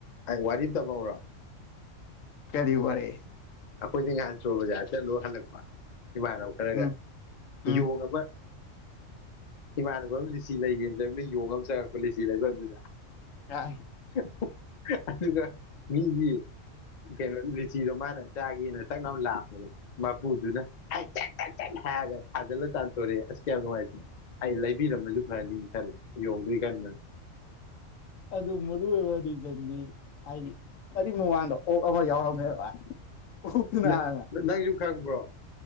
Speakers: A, on the left; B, on the left.
A: ꯑꯩ ꯋꯥꯔꯤ ꯇꯝꯃꯧꯔꯣ
B: ꯀꯔꯤ ꯋꯥꯔꯦ
A: ꯑꯈꯣꯏꯗꯤ ꯉꯍꯥꯟ ꯆꯣꯔ ꯕꯖꯥꯔ ꯆꯠꯂꯨꯔꯒ ꯍꯜꯛꯄ ꯏꯃꯥꯟꯅꯕ ꯈꯔꯒ
B: ꯎꯝ ꯎꯝ
A: ꯌꯣꯒ ꯑꯃ ꯏꯃꯥꯟꯅꯕ ꯑꯃꯗꯤ ꯂꯤꯆꯤ ꯂꯩꯒꯦꯅ ꯆꯪꯉꯛꯄꯗ ꯌꯣꯡ ꯑꯃ ꯆꯪꯉꯛꯄ ꯂꯤꯆꯤ ꯂꯩꯕꯝꯗꯨꯗ
B: ꯑꯗꯨ
A: <unintelligible> ꯑꯗꯨꯒ ꯃꯤꯒꯤ ꯀꯩꯅꯣ ꯂꯤꯆꯤꯗꯣ ꯃꯥꯅ ꯆꯥꯒꯦꯅ ꯇꯛ ꯂꯥꯎꯅ ꯂꯥꯝꯃꯨꯕ ꯃꯄꯨꯗꯨꯅ ꯍꯩ ꯆꯛ ꯆꯛ ꯆꯛ ꯍꯥꯏꯔꯒ ꯊꯥꯖꯜꯂꯒ ꯇꯥꯟꯊꯣꯔꯛꯑꯦ ꯑꯁ ꯀꯌꯥꯝ ꯅꯨꯡꯉꯥꯏꯇꯦ ꯑꯩ ꯂꯩꯕꯤꯔꯝꯃꯁꯨ ꯐꯔꯅꯤꯅ ꯈꯜꯂꯤ ꯌꯣꯡꯗꯨꯒꯤ ꯈꯟꯕꯗ
B: ꯑꯗꯨ ꯃꯔꯨ ꯑꯣꯏꯕ ꯔꯤꯖꯟꯗꯤ ꯍꯥꯏꯗꯤ ꯀꯔꯤ ꯃꯃꯥꯡꯗ ꯑꯣꯛ ꯑꯃ ꯌꯥꯎꯔꯝꯃꯦꯕ ꯑꯣꯛꯇꯨꯅ
A: ꯅ-ꯅꯪꯁꯨ
B: ꯍꯥꯟꯅ
A: ꯈꯪꯕ꯭ꯔꯣ